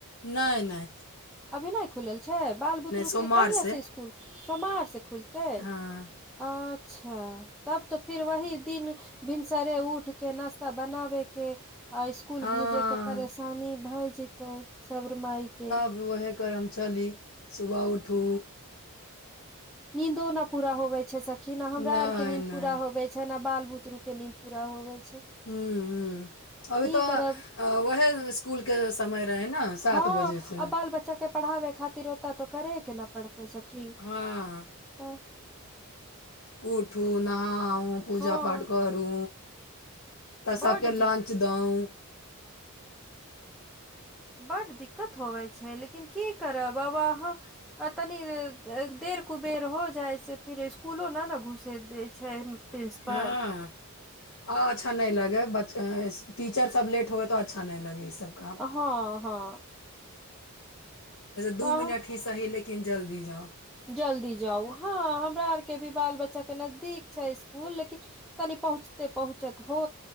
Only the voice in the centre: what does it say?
अभी नइ खुलल छै बाल बुतरू
के कहिया से स्कूल सोमार से खुलतै
अ अच्छा तब तऽ फिर वही दिन भिनसरे उठ के नाास्ता बनाबे के आ स्कूल
भेजे के परेशानी भए जेते साब्र माय के
निंदो न पूरा होबे छै सखी हमरा
आर के मींद
पूरा होवे छै न बाल बुतरु के नीन्द पूरा होवे छै
की
करब
हँ
आ बाल बच्चा के पढ़ाबे खातिर ओत तऽ करे कि नहि पड़तै सखी
तऽ
हँ
बड
दिक
बड दिक्कत होबै छै लेकिन की करब बाबा अहाँ तनि देख बेर कुबेर हो जाय से फिर स्कूलो न ने घुसे देय छै प्रिंसिपल
हँ हँ
तऽ
जल्दी जाउ हँ हमरा आर के भी बाल बच्चा के नजदीक छै स्कुल लेकिन तनि पहुँचते पहुँचत हो